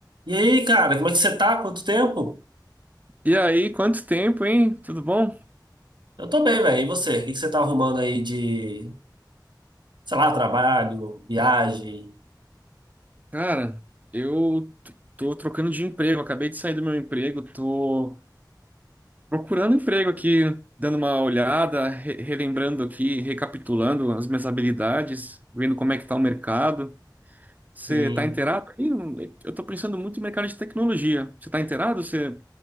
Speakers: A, on the right; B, on the right.
A: E aí, cara, como é que você tá? Quanto tempo?
B: E aí, quanto tempo, hein? Tudo bom?
A: Eu tô bem, velho. E você? O que que você tá arrumando aí de, sei lá, trabalho, viagem?
B: Cara, eu t- tô trocando de emprego, acabei de sair do meu emprego, tô procurando emprego aqui, dando uma olhada, re- relembrando aqui, recapitulando as minhas habilidades, vendo como é que tá o mercado. Você
A: Sim.
B: tá inteirado? aí? Eu tô pensando muito em mercado de tecnologia. Você tá inteirado? Você...